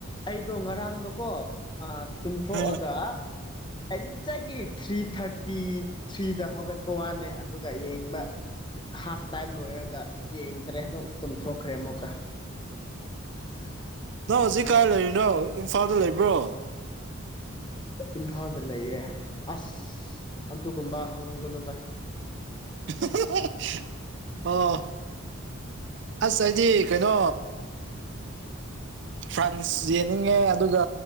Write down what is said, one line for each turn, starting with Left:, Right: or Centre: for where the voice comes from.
Left: ꯑꯩꯗꯣ ꯉꯔꯥꯡꯗꯣꯀꯣ ꯑꯥ ꯇꯨꯝꯊꯣꯛꯑꯒ
Right: ꯎꯝ
Left: ꯑꯦꯛꯖꯦꯛꯂꯤ ꯊ꯭ꯔꯤ ꯊꯔꯇꯤ ꯊ꯭ꯔꯤꯗ ꯍꯧꯒꯠꯄ ꯋꯥꯅꯦ ꯑꯗꯨꯒ ꯌꯦꯡꯕ ꯍꯥꯐ ꯇꯥꯏꯝ ꯂꯣꯏꯔꯒ ꯌꯦꯡꯗ꯭ꯔꯦ ꯗꯨꯝ ꯇꯨꯝꯊꯣꯛꯈ꯭ꯔꯦ ꯑꯃꯨꯛꯀ <unintelligible>
Right: ꯅꯪ ꯍꯧꯖꯤꯛ ꯀꯥꯏ ꯂꯩꯔꯤꯅꯣ ꯏꯝꯐꯥꯜꯗ ꯂꯩꯕ꯭ꯔꯣ
Left: ꯏꯝꯐꯥꯜꯗ ꯂꯩꯌꯦ ꯑꯁ ꯑꯗꯨꯒꯨꯝꯕ ꯍꯪꯒꯅꯨ ꯚꯥꯏ
Right: <unintelligible> ꯑꯣ ꯑꯁ ꯑꯩꯗꯤ ꯀꯩꯅꯣ ꯐ꯭ꯔꯥꯟꯁ ꯌꯦꯡꯅꯤꯡꯉꯦ ꯑꯗꯨꯒ